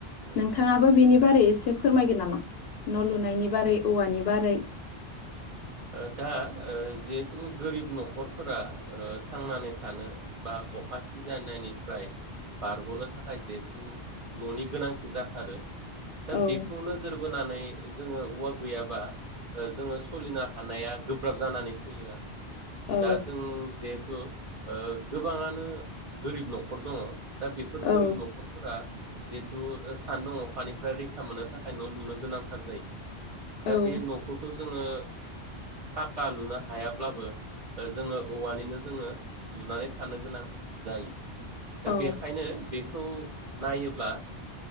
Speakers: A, on the right; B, on the left.
A: औ ओ
B: नोंथाङाबो बिनि बारै एसे फोरमायगोन नामा न लुनायनि बारै औवानि बारै
A: ओ दा ओ जिहेथु गोरिब नखरफोरा ओ थांनानै थानो बा अखा सिजानायनिफ्राय बारगनो थाखाय जिहेथु ननि गोनांथि जाथारो दा
B: औ
A: बेखौ नोजोर बोनानै जोंङो औवा गैयाबा ओ जोंङो सोलिनो हानाया गोब्राब जानानै फैयो आरो
B: औ
A: दा जों जिहेथु ओ गोबाङानो गोरिब नखर दङ दा बेफोर
B: औ
A: गोरिब नखरफोरा जे थ सान दं अखानिफ्राय रैखा मोननो थाखाय न लुनो गोनांथार जायो।
B: औ
A: दा बे न खौ जोंङो पाका लुनो हायाब्लाबो जोंङो औवानिनो जोंङो लुनानै थानो गोनां जायो। दा
B: औ
A: बेखायनो बेखौ नायोब्ला